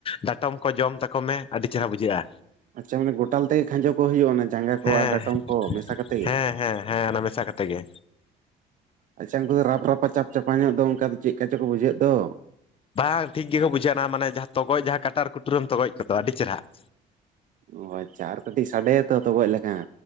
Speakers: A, on the left (about 35°); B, on the right (about 50°).
A: ᱰᱟᱴᱚᱢ ᱠᱚ ᱡᱚᱢ ᱛᱟᱠᱚ ᱢᱮ ᱟᱹᱰᱤ ᱪᱮᱦᱚᱨᱟ ᱵᱩᱡᱷᱟᱹᱜᱼᱟ।
B: ᱟᱪᱪᱷᱟ ᱢᱟᱱᱮ ᱜᱚᱴᱟᱞ ᱛᱮ ᱠᱷᱟᱸᱡᱚ ᱠᱚ ᱦᱩᱭᱩᱜᱼᱟ ᱚᱱᱟ ᱡᱟᱸᱜᱟ ᱠᱚ
A: ᱦᱮᱸ
B: ᱟᱨ ᱰᱟᱴᱚᱢ ᱠᱚ ᱢᱮᱥᱟ ᱠᱟᱛᱮ ᱜᱮ?
A: ᱦᱮᱸ ᱦᱮᱸ ᱦᱮᱸ ᱚᱱᱟ ᱢᱮᱥᱟ ᱠᱟᱛᱮ ᱜᱮ
B: ᱟᱪᱪᱷᱟ ᱩᱱᱠᱩ ᱫᱚ ᱨᱟᱯ ᱨᱟᱯᱟ ᱪᱟᱯ ᱪᱟᱯᱟ ᱧᱚᱜ ᱫᱚ ᱚᱱᱠᱟ ᱫᱚ ᱪᱮᱫ ᱞᱮᱠᱟ ᱪᱚᱝ ᱠᱚ ᱵᱩᱡᱷᱟᱹᱜ ᱫᱚ।
A: ᱵᱟᱝ ᱴᱷᱤᱠ ᱜᱮᱠᱚ ᱵᱩᱡᱷᱟᱹᱜ ᱮᱱᱟ ᱢᱟᱱᱮ ᱡᱟᱦᱟᱸ ᱛᱚᱜᱚᱡ ᱡᱟᱦᱟᱸ ᱠᱟᱴᱟᱨ ᱠᱩᱴᱩᱨᱮᱢ ᱛᱚᱜᱚᱡ ᱠᱚᱫᱚ ᱟᱹᱰᱤ ᱪᱮᱨᱦᱟ ᱾
B: ᱚ ᱟᱪᱪᱷᱟ ᱟᱨ ᱠᱟᱹᱴᱤᱡ ᱥᱟᱰᱮᱭᱟ ᱛᱚ ᱛᱚᱜᱚᱡ ᱞᱮᱠᱟᱱ।